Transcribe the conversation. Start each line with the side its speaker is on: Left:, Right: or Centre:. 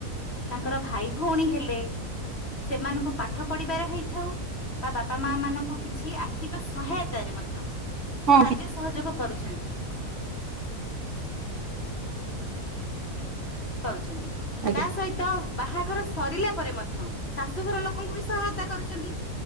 Left: ତାଙ୍କର ଭାଇ ଭଉଣୀ ହେଲେ ସେମାନଙ୍କୁ ପାଠ ପଢିବାରେ ହେଇଥାଉ ବା ବାପା ମା ମାନଙ୍କୁ କିଛି ଠିକ ସହାୟତାରେ ମଧ୍ୟ।
Right: ହଁ
Left: ସାହାଯ୍ୟ ସହଯୋଗ କରୁଛନ୍ତି
Right: <unintelligible>
Left: କରୁଛନ୍ତି
Right: ଆଜ୍ଞା
Left: ତା ସହିତ ତ ବାହାଘର ସରିଲା ପରେ ମଧ୍ୟ ଶାଶୁଘର ଲୋକଙ୍କୁ ବି ସହାୟତା କରୁଛନ୍ତି।